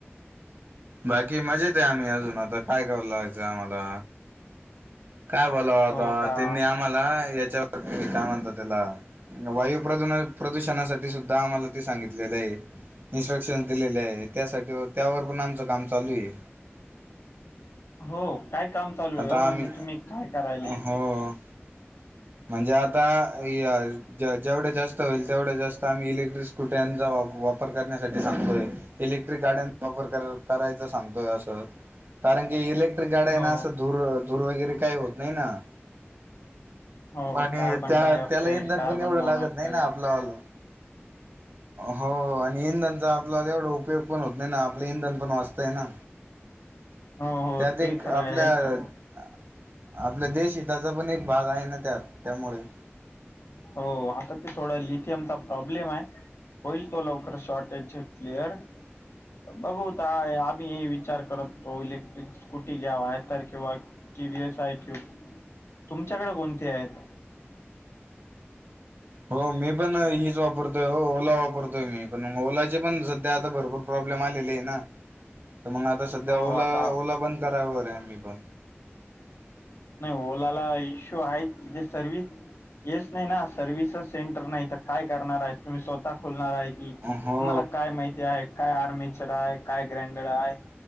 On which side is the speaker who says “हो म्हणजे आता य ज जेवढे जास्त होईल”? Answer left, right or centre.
Right